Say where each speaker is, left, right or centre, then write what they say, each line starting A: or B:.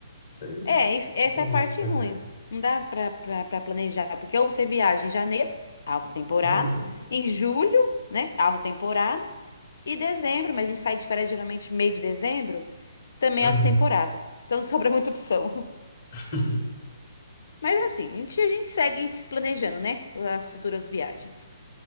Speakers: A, on the left; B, on the left.
A: isso aí não
B: É, isso- essa
A: tem
B: é a
A: muito
B: parte
A: o que fazer.
B: ruim. Não dá pra, pra, pra planejar, porque ou você viaja em janeiro, alta temporada,
A: Uhum,
B: em julho, né, alta temporada, e dezembro, mas a gente sai de férias geralmente meio de dezembro, também
A: uhum.
B: é alta temporada. Então <laughs> não sobra muita opção.
A: <laughs>
B: Mas assim, a gente, a gente segue planejando, né? As futuras viagens.